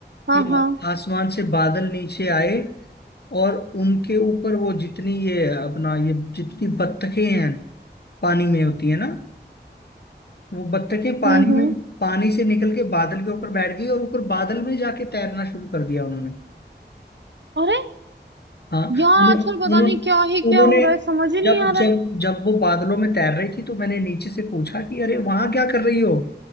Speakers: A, on the right (about 80°); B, on the left (about 60°).
A: हाँ
B: कि
A: हाँ
B: आसमान से बादल नीचे आए और उनके ऊपर वो जितनी ये अपना ये जितनी बत्तखें हैं पानी में होती है ना वो बत्तखें पानी
A: हम्म हम्म
B: में पानी से निकल के बादल के ऊपर बैठ गई और ऊपर बादल में जाके तैरना शुरू कर दिया उन्होंने
A: अरे
B: हाँ
A: यार
B: उन्हें-
A: आजकल पता
B: उन्होंने
A: नहीं क्या ही क्या
B: उन्होंने
A: हो रहा है समझ ही नहीं
B: जब
A: आ रहा
B: जब
A: है
B: जब वो बादलों में तैर रही थी तो मैंने नीचे से पूछा कि अरे वहां क्या कर रही हो